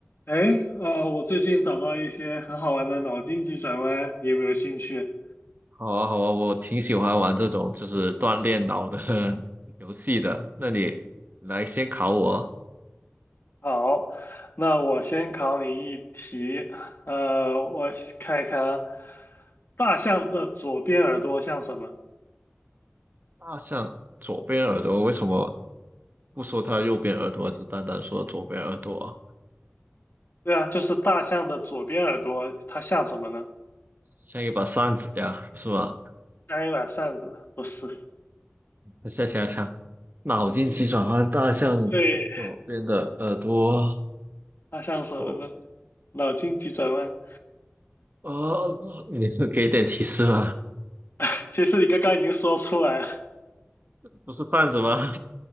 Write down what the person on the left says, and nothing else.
哎，呃，我最近找到一些很好玩的脑筋急转弯，你有没有兴趣？
好，那我先考你一题，呃，我看一看啊，大象的左边耳朵像什么？
对啊，就是大象的左边耳朵，它像什么呢？
像一把扇子，不是？
嗯，
对，
它像什么呢？
脑筋急转弯，
<laughs> 其实你刚刚已经说出来了，